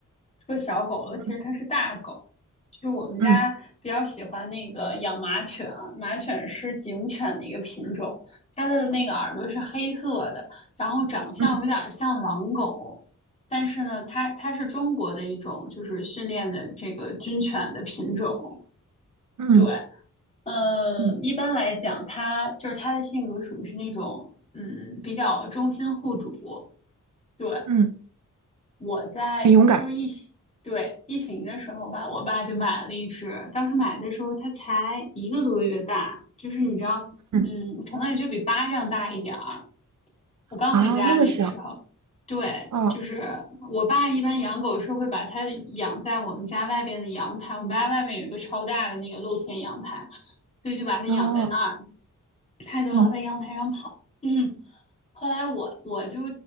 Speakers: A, on the left; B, on the right.
A: 说小狗了，
B: 嗯
A: 其实它是大狗，就是我们家比较喜欢那个养马犬啊马犬是警犬的一个品种，
B: 嗯
A: 它的那个耳朵是黑色的，然后长相有点像狼狗，
B: 嗯
A: 但是呢，它它是中国的一种就是训练的这个军犬的品种，
B: 嗯
A: 对。嗯，
B: 嗯
A: 一般来讲，他就是他的性格属于是那种，嗯，比较忠心护主，对，
B: 嗯，嗯
A: 我在就是疫情，
B: 很勇敢。
A: 对，疫情的时候吧，我爸就买了一只。当时买的时候，它才一个多月大，就是你知道，
B: 嗯
A: 嗯，可能也就比巴掌大一点儿。我刚回家那个时候，
B: 啊，那么小。
A: 对，
B: 哦。
A: 就是我爸一般养狗是会把它养在我们家外边的阳台，我们家外面有一个超大的那个露天阳台，所以就把它养在那儿。
B: 然后
A: 它就老在阳台上跑。
B: 嗯
A: 嗯，后来我我就